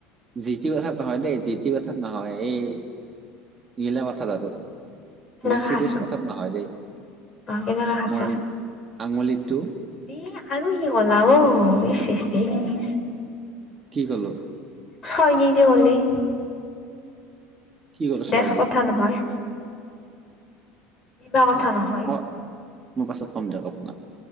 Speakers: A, on the right (about 25°); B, on the left (about 35°).
A: জি টি কথাত নহয় দেই জি টি কথাত নহয় এই নিলা কথাত আৰু কিন্তু
B: কেনেকে
A: চিৰিয়াছ
B: খাইছ
A: কথাত নহয় দেই।
B: অ', কেনেকে খাইছ?
A: মোৰ আঙুলিটো
B: এ আৰু কি কলা অ', <unintelligible>
A: কি কলো?
B: <unintelligible>
A: কি ক'লো
B: বেছ
A: ছয় দি
B: কথা নহয় কিবা কথা
A: <unintelligible>
B: নহয়
A: মই পাছত কম দিয়ক আপোনাক।